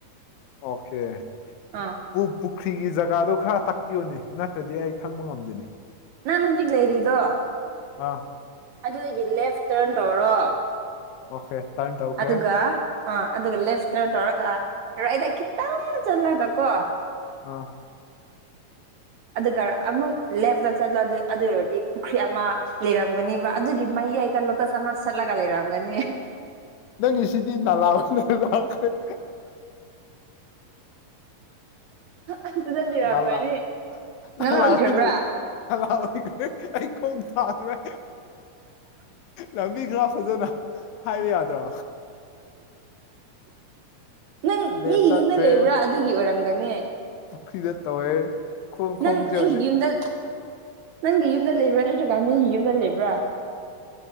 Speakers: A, on the left; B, on the right.
A: ꯑꯣꯀꯦ
B: ꯑꯥ
A: ꯄꯨ ꯄꯨꯛ ꯄꯨꯈ꯭ꯔꯤꯒꯤ ꯖꯒꯥꯗꯣ ꯈꯔ ꯇꯥꯛꯄꯤꯌꯨꯅꯦ ꯅꯠꯇ꯭ꯔꯗꯤ ꯑꯩ ꯈꯪꯕ ꯉꯝꯗꯦꯅꯦ
B: ꯅꯪꯅ ꯍꯨꯖꯤꯛ ꯂꯩꯔꯤꯗꯣ
A: ꯑꯥ
B: ꯑꯗꯨꯏꯒꯤ ꯂꯦꯐ ꯇꯔꯟ ꯇꯧꯔꯣ
A: ꯑꯣꯀꯦ ꯇꯔꯟ ꯇꯧꯈ꯭ꯔꯦ
B: ꯑꯗꯨꯒ ꯑꯥ ꯑꯗꯨꯒ ꯂꯦꯐ ꯇꯔꯟ ꯇꯧꯔꯒ ꯔꯥꯏꯗ ꯈꯤꯇꯪ ꯆꯠꯂꯒ ꯀꯣ
A: ꯑ
B: ꯑꯗꯨꯒ ꯑꯃꯨꯛ ꯂꯦꯞꯇ ꯆꯠꯂꯣ ꯑꯗꯨ ꯑꯣꯏꯔꯗꯤ ꯄꯨꯈ꯭ꯔꯤ ꯑꯃ ꯂꯩꯔꯝꯒꯅꯤꯕ ꯑꯗꯨꯒꯤ ꯃꯌꯥꯏꯗ ꯂꯣꯇ꯭ꯁ ꯑꯃ ꯁꯥꯠꯂꯒ ꯂꯩꯔꯝꯒꯅꯤ
A: ꯅꯪꯒꯤꯁꯤꯗꯤ ꯅꯂꯥ ꯑꯣꯏꯅ ꯂꯥꯛꯈ꯭ꯔꯦ <inaudible>
B: ꯑꯗꯨꯗ ꯂꯩꯔꯝꯒꯅꯤ
A: ꯅꯥꯂꯥ ꯅꯥꯂꯥ
B: ꯅꯪ ꯂꯧꯈ꯭ꯔꯕ꯭ꯔꯥ
A: ꯑꯣꯏꯅ ꯅꯥꯂꯥ ꯑꯣꯏ ꯑꯦ ꯑꯩ ꯈꯣꯡ ꯊꯥꯡꯈ꯭ꯔꯦ ꯂꯝꯕꯤ ꯈꯔ ꯐꯖꯅ ꯍꯥꯏꯌꯨ ꯌꯥꯗ꯭ꯔꯣ
B: ꯅꯪ
A: ꯂꯦꯐ
B: ꯃꯤꯒꯤ
A: ꯆꯠꯈ꯭ꯔꯦ
B: ꯌꯨꯝꯗ ꯂꯩꯕ꯭ꯔꯥ ꯑꯗꯨꯒꯤ ꯑꯣꯏꯔꯝꯒꯅꯤ
A: ꯄꯨꯈ꯭ꯔꯤꯗ ꯇꯧꯋꯦ ꯈꯣꯡ
B: ꯅꯪ
A: ꯈꯣꯡꯁꯦ
B: ꯅꯪꯒꯤ
A: ꯍꯧꯖꯤꯛ
B: ꯌꯨꯝꯗ ꯅꯪꯒꯤ ꯌꯨꯝꯗ ꯂꯩꯕ꯭ꯔꯥ ꯅꯠꯇ꯭ꯔꯒ ꯃꯤꯒꯤ ꯌꯨꯝꯗ ꯂꯩꯕ꯭ꯔꯥ